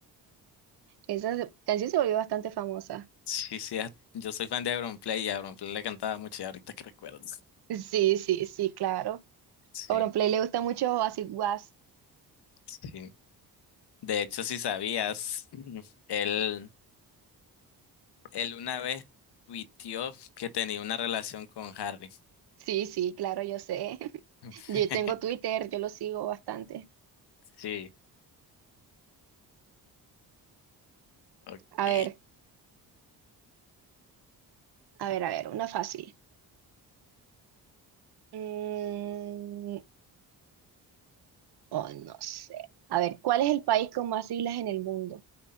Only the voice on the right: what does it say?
Esa se- canción se volvió bastante famosa.
Sí, sí, sí, claro.
Auronplay le gusta mucho As it was.
Sí, sí, claro, yo sé. <laughs>
Yo tengo Twitter, yo lo sigo bastante.
A ver, a ver, a ver, una fácil. Mm, oh, no sé. A ver, ¿cuál es el país con más islas en el mundo?